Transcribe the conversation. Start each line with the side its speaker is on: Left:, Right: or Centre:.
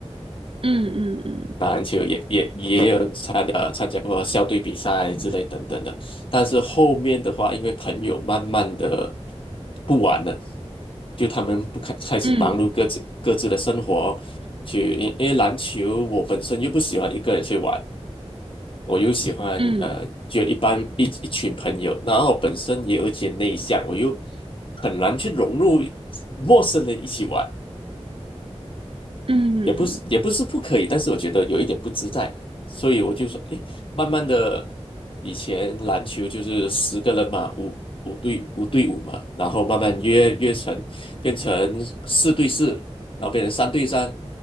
Right: 嗯嗯
Left: 打篮球也也也有参呃参加过校队比赛之类等等的，但是后面的话，因为朋友慢慢的不玩了，就他们不开开始忙碌各自各自的生活，
Right: 嗯
Left: 去因因为篮球我本身又不喜欢一个人去玩，我又喜欢呃就一般一一群朋友，
Right: 嗯
Left: 然后我本身也有一些内向，我又很难去融入陌生人一起玩。
Right: 嗯嗯
Left: 也不是也不是不可以，但是我觉得有一点不自在，所以我就说，哎，慢慢的，以前篮球就是十个人嘛，五五对五对五嘛，然后慢慢约约成变成四对四，然后变成三对三，